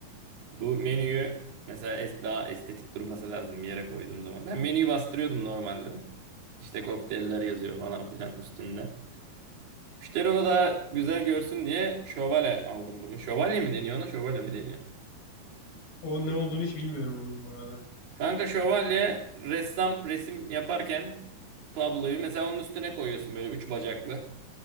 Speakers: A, on the right (about 60°); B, on the left (about 80°).
A: Bu menüyü mesela es- daha estetik durması lazım bir yere koyduğum zaman. Ben menüyü bastırıyordum normalde. İşte kokteyller yazıyor falan filan üstünde. Müşteri onu daha güzel görsün diye şövalye aldım bugün. Şövalye mi deniyor ona? Şövalye mi deniyor?
B: O ne olduğunu hiç bilmiyorum onun bu arada.
A: Kanka şövalye ressam resim yaparken tabloyu mesela onun üstüne koyuyorsun böyle üç bacaklı.